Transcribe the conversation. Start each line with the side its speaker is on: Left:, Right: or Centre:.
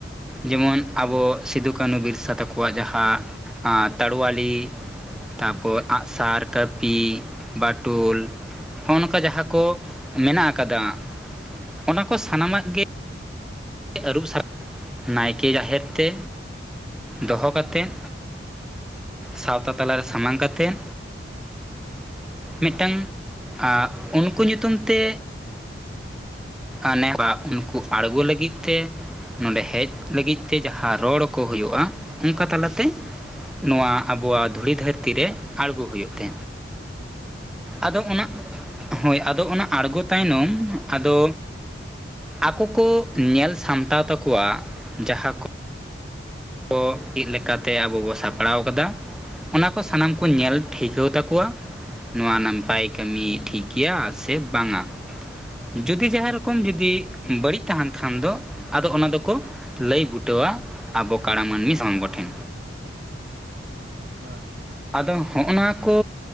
Centre: ᱡᱮᱢᱚᱱ
Right: ᱦᱩᱸ
Centre: ᱟᱵᱚ ᱥᱤᱫᱩ ᱠᱟᱹᱱᱩ ᱵᱤᱨᱥᱟ. ᱛᱟᱠᱚᱣᱟᱜ ᱡᱟᱦᱟᱸ ᱟᱸ ᱛᱟ. ᱲᱩᱣᱟᱞᱤ ᱛᱟᱯᱚᱨ ᱟᱸᱜ-ᱥᱟᱨ ᱠᱟᱹᱯᱤ ᱵᱟᱴᱩᱞ ᱦᱚᱸᱜ ᱱᱚᱝᱠᱟ ᱡᱟᱦᱟᱸ
Right: ᱟᱪᱪᱷᱟ
Centre: ᱠᱚ ᱢᱮᱱᱟᱜ ᱟᱠᱟᱫᱟ ᱚᱱᱟ ᱠᱚ
Right: ᱦᱮᱸ
Centre: ᱥᱟᱱᱟᱢᱟᱜ
Right: ᱦᱮᱸ
Centre: ᱜᱮ ᱟᱹᱨᱩᱵ ᱥᱟᱜ <inaudible> ᱱᱟᱭᱠᱮ ᱡᱟᱦᱮᱨ ᱛᱮ ᱫᱚᱦᱚ ᱠᱟᱛᱮᱫ ᱥᱟᱶᱛᱟ ᱛᱟᱞᱟ ᱨᱮ ᱥᱟᱢᱟᱝ ᱠᱟᱛᱮᱱ
Right: ᱦᱮᱸ ᱦᱮᱸ ᱦᱮᱸ
Centre: ᱢᱤᱫᱴᱟᱝ ᱟᱸ... ᱩᱱᱠᱩ ᱧᱩᱛᱩᱢ ᱛᱮ ᱟᱱᱮ ᱵᱟ ᱩᱱᱠᱩ ᱟᱬᱜᱩ ᱞᱟᱹᱜᱤᱫ ᱛᱮ ᱱᱚᱸᱰᱮ ᱦᱮᱡ ᱞᱟᱹᱜᱤᱫ ᱛᱮ ᱡᱟᱦᱟᱸ ᱨᱚᱲ ᱠᱚ ᱦᱩᱭᱩᱜᱼᱟ ᱚᱱᱠᱟ ᱛᱟᱞᱟ... ᱛᱮ
Right: ᱦᱩᱸ ᱦᱮᱸ ᱦᱮᱸ
Centre: ᱱᱚᱶᱟ ᱟᱵᱚᱣᱟᱜ ᱫᱷᱩᱲᱤ ᱫᱷᱟᱹᱨᱛᱤ ᱨᱮ ᱟᱬᱜᱚ ᱦᱩᱭᱩᱜ ᱛᱮ ᱟᱫᱚ ᱚᱱᱟ ᱦᱳᱭ ᱟᱫᱚ ᱚᱱᱟ ᱟᱬᱜᱚ ᱛᱟᱭᱱᱚᱢ ᱟᱫᱚ ᱟᱠᱚ ᱠᱚ ᱧᱮᱞ ᱥᱟᱢᱴᱟᱣ ᱛᱟᱠᱚᱣᱟ ᱡᱟᱦᱟᱸ ᱠᱚ ᱚ ᱪᱮᱫ ᱞᱮᱠᱟᱛᱮ ᱟᱵᱚ ᱵᱚ ᱥᱟᱯᱲᱟᱣ ᱟᱠᱟᱫᱟ ᱚᱱᱟᱠᱚ ᱥᱟᱱᱟᱢ ᱠᱚ ᱧᱮᱞ ᱴᱷᱤᱠᱟᱹᱣ ᱛᱟᱠᱚᱣᱟ ᱱᱚᱶᱟ ᱱᱟᱸᱯᱟᱭ ᱠᱟᱹᱢᱤ
Right: ᱦᱩᱸ
Centre: ᱴᱷᱤᱠ ᱜᱮᱭᱟ ᱥᱮ ᱵᱟᱝ-ᱟ ᱡᱩᱫᱤ ᱡᱟᱦᱟᱸ
Right: ᱦᱮᱸ
Centre: ᱨᱚᱠᱚᱢ ᱡᱩᱫᱤ ᱵᱟᱹᱲᱤᱡ ᱛᱟᱦᱮᱱ ᱠᱷᱟᱱ ᱫᱚ ᱟᱫᱚ ᱚᱱᱟ ᱫᱚ ᱠᱚ ᱞᱟᱹᱭ ᱵᱩᱴᱟᱹᱣᱟ ᱟᱵᱚ ᱠᱟᱬᱟ ᱢᱟᱹᱱᱢᱤ ᱥᱟᱢᱟᱝ ᱠᱚᱴᱷᱮᱱ
Right: ᱟᱪᱪᱷᱟ
Centre: ᱟᱫᱚ ᱦᱚᱸᱜᱼᱱᱚᱶᱟ ᱠᱚ